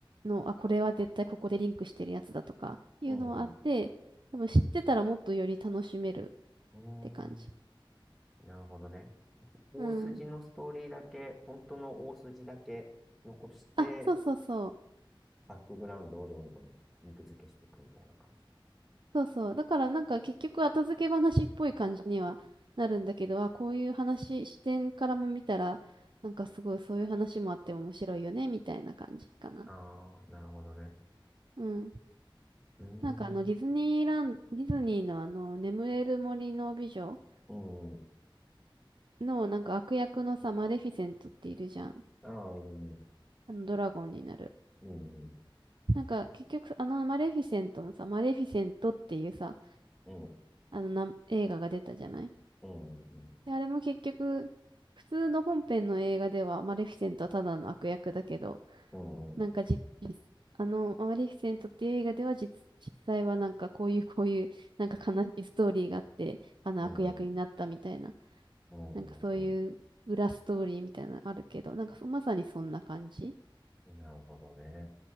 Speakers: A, on the right; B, in the centre.
A: の、あ、これは絶対ここでリンクしてるやつだとかいうのはあって、
B: うん。うん、う
A: 多分知ってたらもっとより楽しめる
B: ん。
A: って感じ。
B: うーん。なるほどね。大筋のストーリーだけ、
A: うん。
B: 本当の大筋だけ残して、
A: あ、そうそうそう。
B: バックグラウンドをどんどん肉付けしていくみたいな感じ。
A: そうそう。だからなんか結局後付け話っぽい感じにはなるんだけど、あ、こういう話、視点からも見たら、なんかすごいそういう話もあっても面白いよね、みたいな感じかな。
B: ああ、なるほどね。
A: うん。
B: うー
A: なんかあのディズニーラン、
B: ん。
A: ディズニーのあの眠れる森の美女
B: うんうん。
A: のなんか悪役のさ、マレフィセントっているじゃん。
B: ああ、いるね。
A: あのドラゴンになる。
B: うんうん。
A: なんか結局あのマレフィセントもさ、マレフィセントっていうさ、
B: うん。
A: あのな映画が出たじゃない
B: うんうん
A: で、あれも結局普通の本編の映画ではマレフィセントはただの悪役だけど、
B: うん。うんん。
A: なんかじ、実あのマレフィセントっていう映画では実、実際はなんかこういうこういうなんか悲しいストーリーがあって、あの悪役になったみたいな、
B: うんうんうんうんうんうんうんうんうんうん
A: なんかそういう裏ストーリーみたいなのあるけど、なんかそまさにそんな感じ。
B: うんなるほどね。